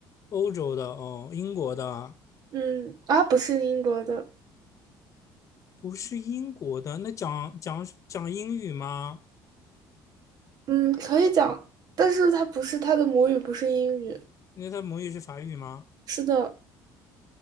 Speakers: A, on the left; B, on the right.
A: 欧洲的哦，英国的，
B: 嗯，啊，不是英国的，
A: 不是英国的。那讲讲讲英语吗？
B: 嗯，可以讲，但是他不是，他的母语不是英语，
A: 那他母语是法语吗？
B: 是的，